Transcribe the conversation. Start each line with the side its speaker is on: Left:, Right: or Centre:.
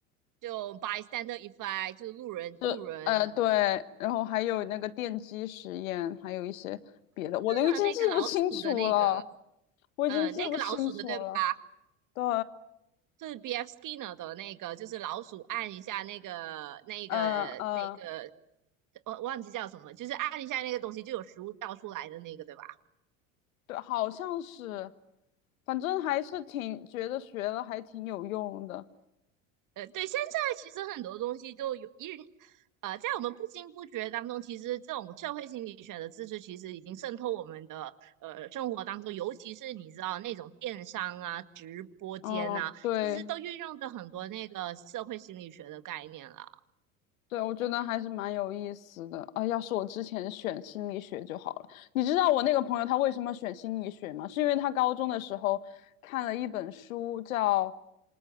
Right: 就 bystander effect，就路人路人，
Left: 就呃对，
Right: 是
Left: 然后还有那个电机实验，还有一些别的，我都已经记不清楚了，
Right: 啊，那个老鼠的那个，
Left: 我已经记不清楚了。
Right: 呃，那个老鼠的对吧？
Left: 对，
Right: 是 B F Skinner 的那个，就是老鼠按一下那个那个那个，
Left: 呃呃，
Right: 我忘记叫什么，就是按一下那个东西就有食物倒出来的那个，对吧？
Left: 对，好像是，反正还是挺觉得学了还挺有用的。
Right: 呃，对，现在其实很多东西都有因呃，在我们不经不觉当中，其实这种社会心理学的知识其实已经渗透我们的呃生活当中，尤其是你知道那种电商啊、直播间啊，
Left: 嗯，对
Right: 其实都运用着很多那个社会心理学的概念了。
Left: 对，我觉得还是蛮有意思的。啊，要是我之前选心理学就好了。你知道我那个朋友他为什么选心理学吗？是因为他高中的时候看了一本书叫，